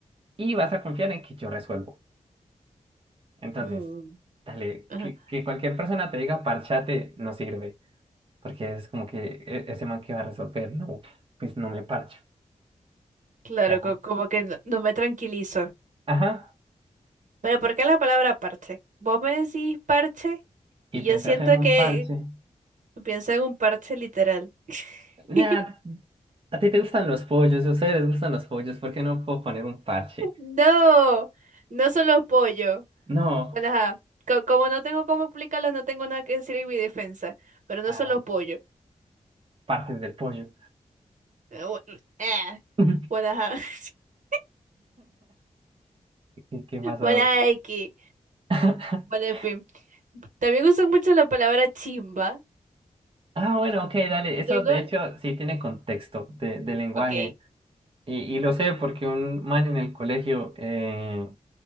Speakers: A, on the right; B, on the right.
A: y vas a confiar en que yo resuelvo. Entonces,
B: Mm,
A: dale,
B: ajá.
A: que, que cualquier persona te diga párchate no sirve porque es como que "E- ese man que va a resolver, no, pues no me parcho.
B: Claro,
A: Ya.
B: co- como que no, no me tranquilizo.
A: Ajá.
B: Pero ¿por qué la palabra parche? Vos me decís parche
A: Y
B: y
A: pensás
B: yo siento
A: en un
B: que
A: parche.
B: pienso en un parche literal. <laughs>
A: Nada, ¿A ti te gustan los pollos? ¿A ustedes les gustan los pollos? ¿Por qué no puedo poner un parche?
B: No, no son los pollos.
A: No,
B: Bueno, ajá. co- como no tengo cómo explicarlos, no tengo nada que decir en mi defensa. Pero no
A: ah,
B: son los pollos.
A: partes del pollo.
B: Eh, bu- eh.
A: <laughs>
B: Bueno, ajá. <laughs>
A: ¿Qué, qué pasó?
B: Bueno, ajá, X.
A: <laughs>
B: Bueno, en fin. También usan mucho la palabra chimba.
A: Ah, bueno, ok, dale.
B: Y
A: Eso
B: tengo,
A: de hecho sí tiene contexto de, de lenguaje.
B: ok,
A: Y, y lo sé porque un man en el colegio eh,